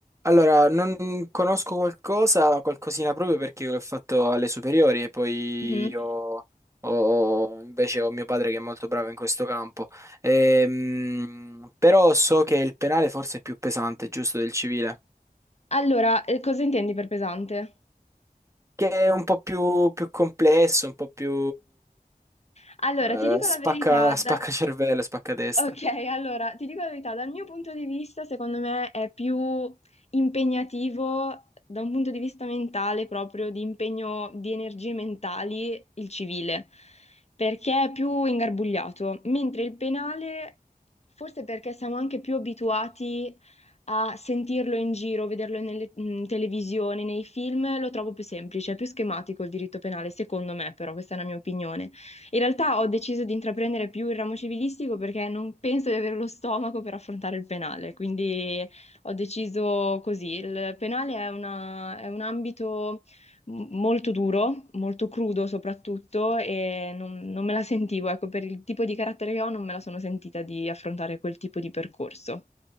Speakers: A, on the right; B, on the left.
A: Allora, non conosco qualcosa, qualcosina proprio perché l'ho fatto alle superiori e poi
B: Mhm.
A: ho, ho- invece ho mio padre che è molto bravo in questo campo. Ehm, però so che il penale forse è più pesante, giusto, del civile,
B: Allora, eh, cosa intendi per pesante?
A: che è un po' più, più complesso, un po' più
B: Allora,
A: eh,
B: ti dico
A: spacca,
B: la verità, da-
A: spacca cervello, spacca testa.
B: Ok, allora ti dico la verità, dal mio punto di vista, secondo me è più impegnativo da un punto di vista mentale, proprio di impegno di energie mentali, il civile, perché è più ingarbugliato, mentre il penale, forse perché siamo anche più abituati a sentirlo in giro, vederlo nelle, in televisione, nei film, lo trovo più semplice, è più schematico il diritto penale, secondo me, però questa è la mia opinione. In realtà ho deciso di intraprendere più il ramo civilistico perché non penso di avere lo stomaco per affrontare il penale, quindi ho deciso così. Il penale è una- è un ambito m- molto duro, molto crudo soprattutto, e non, non me la sentivo, ecco, per il tipo di carattere che ho, non me la sono sentita di affrontare quel tipo di percorso.